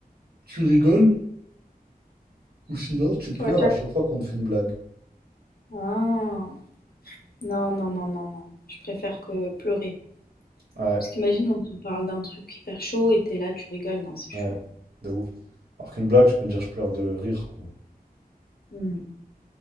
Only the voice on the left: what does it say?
Ouais, chef.
Ah, non, non, non, non, non. Je préfère que pleurer.
Parce qu'imagine, on te parle d'un truc hyper chaud et t'es là, tu rigoles. Non, c'est
chaud.
Hmm.